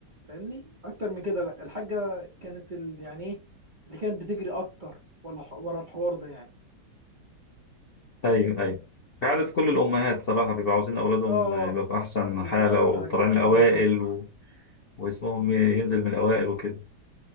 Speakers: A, on the right; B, on the left.
A: فاهمني اكتر من كده لا الحاجه كانت ال... يعني ايه اللي كانت بتجري اكتر ولا ح- ورا الحوار ده يعني
B: ايوه ايوه كعادة كل الأمهات صراحة بيبقوا عاوزين أولادهم
A: اه آه،
B: يبقى في أحسن
A: يبقى
B: حالة
A: احسن
B: وطالعين
A: حاجه
B: الأوائل
A: بالظبط
B: و... واسمهم ينزل من الأوائل وكده